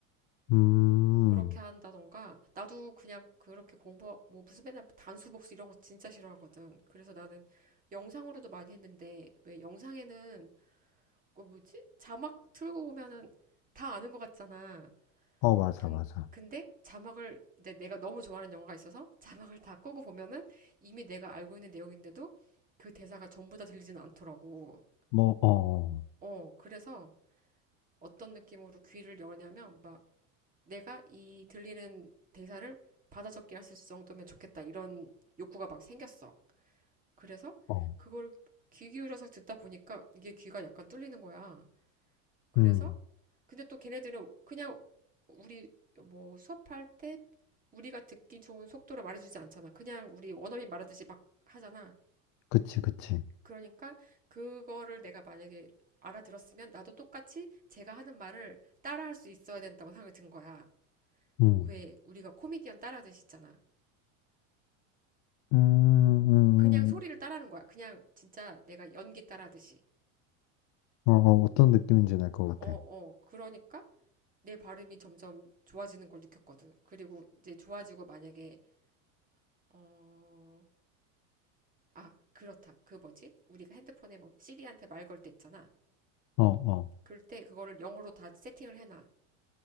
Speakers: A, on the left; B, on the right.
A: 음,
B: 그렇게 한다던가 나도 그냥 그렇게 공부 뭐 무슨 맨날 단수 복수 이런 거 진짜 싫어하거든. 그래서 나는 영상으로도 많이 했는데 왜 영상에는 그 뭐지? 자막 틀고 보면은 다 아는 것 같잖아.
A: 어, 맞아,
B: 근
A: 맞아.
B: 근데 자막을 내, 내가 너무 좋아하는 영화가 있어서 자막을 다 끄고 보면은 이미 내가 알고 있는 내용인데도 그 대사가 전부 다 들리진 않더라고.
A: 뭐, 어, 어,
B: 어, 그래서 어떤 느낌으로 귀를 여냐면 막 내가 이 들리는 대사를 받아 적기 할수 있을 정도면 좋겠다. 이런 욕구가 막 생겼어. 그래서
A: 어,
B: 그걸 귀 기울여서 듣다 보니까 이게 귀가 약간 뚫리는 거야. 그래서
A: 음,
B: 근데 또 걔네들은 그냥 우리 뭐 수업할 때 우리가 듣기 좋은 속도로 말해주지 않잖아. 그냥 우리 원어민 말하듯이 막 하잖아.
A: 그치, 그치.
B: 그러니까 그거를 내가 만약에 알아들었으면 나도 똑같이 제가 하는 말을 따라할 수 있어야 된다고 생각이 든 거야.
A: 음,
B: 왜 우리가 코미디언 따라하듯이 있잖아.
A: 음, 음,
B: 그냥 소리를
A: 음.
B: 따라하는 거야. 그냥 진짜 내가 연기 따라하듯이.
A: 어, 어, 어떤 느낌인지 알 것 같아.
B: 어, 어. 그러니까 내 발음이 점점 좋아지는 걸 느꼈거든. 그리고 이제 좋아지고 만약에 어, 아, 그렇다. 그 뭐지? 우리가 핸드폰에 뭐 시리한테 말 걸 때 있잖아.
A: 어, 어,
B: 그럴 때 그거를 영어로 다 세팅을 해놔.